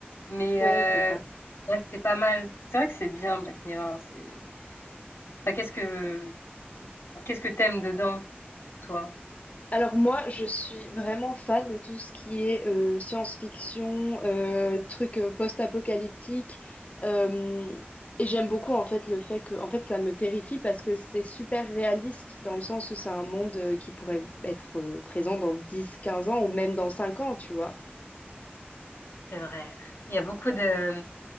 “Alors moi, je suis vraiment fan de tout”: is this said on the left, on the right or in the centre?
Left